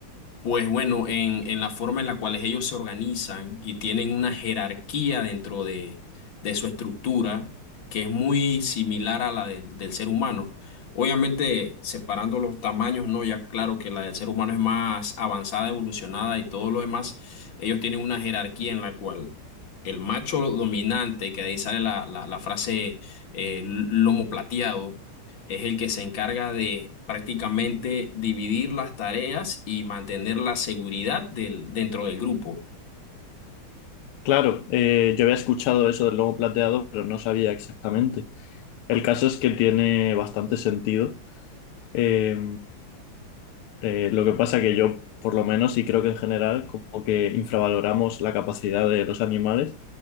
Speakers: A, on the left (about 65°); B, on the left (about 85°).
A: Pues bueno, en, en la forma en la cual ellos se organizan y tienen una jerarquía dentro de, de su estructura que es muy similar a la del del ser humano. Obviamente, separando los tamaños, no, ya claro que la del ser humano es más avanzada, evolucionada y todo lo demás, ellos tienen una jerarquía en la cual el macho dominante, que de ahí sale la, la, la frase eh, lomo plateado, es el que se encarga de prácticamente dividir las tareas y mantener la seguridad del, dentro del grupo,
B: Claro, eh, yo había escuchado eso del lomo plateado, pero no sabía exactamente. El caso es que tiene bastante sentido. Eh, eh, lo que pasa que yo, por lo menos, y creo que en general, como que infravaloramos la capacidad de los animales,